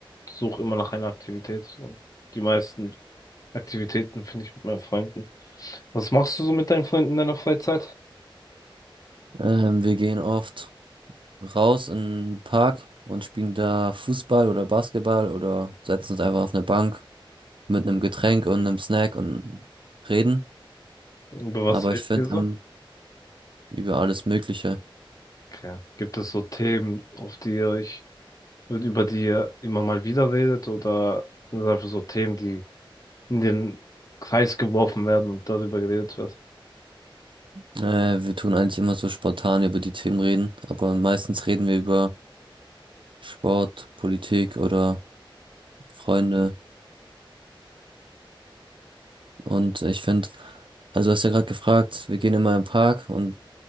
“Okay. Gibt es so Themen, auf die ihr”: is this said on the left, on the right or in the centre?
Left